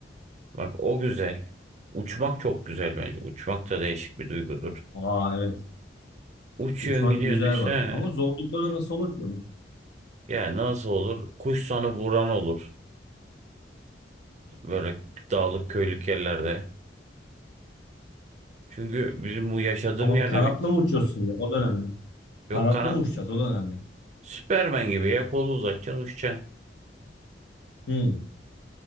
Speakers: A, on the right; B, on the left.
A: Bak o güzel. Uçmak çok güzel bence. Uçmak da değişik bir duygudur.
B: Aa evet.
A: Uçuyorsun
B: Uçmak
A: gidiyorsun
B: güzel
A: düşsene.
B: bak. Ama zorlukları nasıl olur ki onun?
A: Ya nasıl olur? Kuş sana vuran olur. Böyle dağlık köylük yerlerde. Çünkü bizim bu yaşadığım
B: Ama
A: yerde
B: kanatlı
A: bir...
B: mı uçuyorsun ya? O da önemli. Kanatlı
A: Yok kanat.
B: mı uçacağız? O da önemli.
A: Süpermen gibi ya kolu uzatacaksın uçacaksın.
B: Hı.